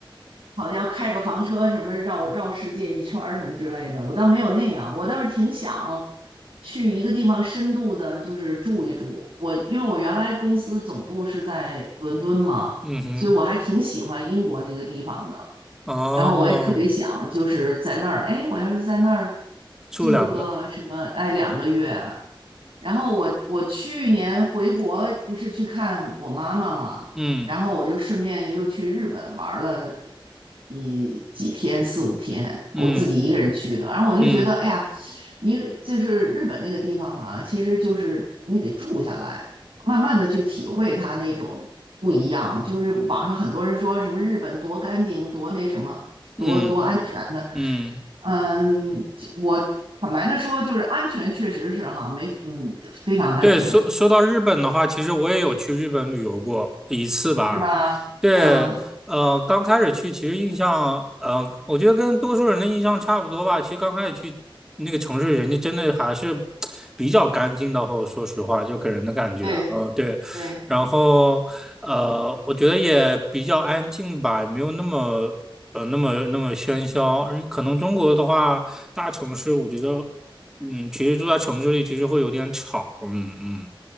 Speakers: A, on the right (about 80°); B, in the centre.
A: 好家伙，开个房车什么绕绕世界一圈儿什么之类的，我倒没有那样。我倒是挺想去一个地方深度的，就是住一住。我因为我原来公司总部是在伦敦嘛，
B: 嗯哼，
A: 所以我还挺喜欢英国那个地方的。
B: 哦，
A: 然后我也特别想，就是在那儿，哎，我要是在那儿
B: 住两个，
A: 住个什么，哎，两个月，然后我我去年回国不是去看我妈妈嘛，
B: 嗯
A: 然后我就顺便又去日本玩了一几天四五天，
B: 嗯
A: 我自己一个人去的。然后我就觉得，
B: 嗯
A: 哎呀，一个就是日本那个地方嘛，其实就是你得住下来，慢慢的去体会它那种不一样。就是网上很多人说什么日本多干净，多那什么，多多安全。
B: 嗯
A: 的。
B: 嗯，
A: 嗯，我坦白的说，就是安全确实是哈，没嗯非常安全，
B: 对，说说到日本的话，其实我也有去日本旅游过一次吧。
A: 是吧？
B: 对，
A: 嗯，
B: 呃，刚开始去，其实印象，嗯、呃我觉得跟多数人的印象差不多吧。其实刚开始去那个城市，人家真的还是比较干净的。后说实话，就给人的感觉，
A: 对
B: 呃，对。
A: 对，
B: 然后，呃，我觉得也比较安静吧，也没有那么，呃，那么那么喧嚣。嗯可能中国的话，大城市，我觉得嗯，其实住在城市里其实会有点吵，嗯嗯，